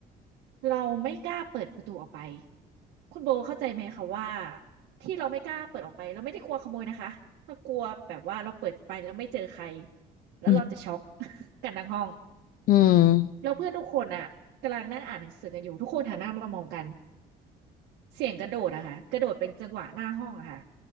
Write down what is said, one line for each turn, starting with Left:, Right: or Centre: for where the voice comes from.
Right: เราไม่กล้าเปิดประตูออกไปคุณโบเข้าใจไหมคะว่าที่เราไม่กล้าเปิดออกไปเราไม่ได้กลัวขโมยนะคะเรากลัวแบบว่าเราเปิดไปแล้วไม่เจอใครแล้วเราจะช็อก
Left: อืม
Right: <laughs> กันทั้งห้อง
Left: อืม
Right: แล้วเพื่อนทุกคนอ่ะกำลังนั่งอ่านหนังสือกันอยู่ทุกคนหันหน้ามามองกันเสียงกระโดดอะค่ะกระโดดเป็นจังหวะหน้าห้องอะค่ะ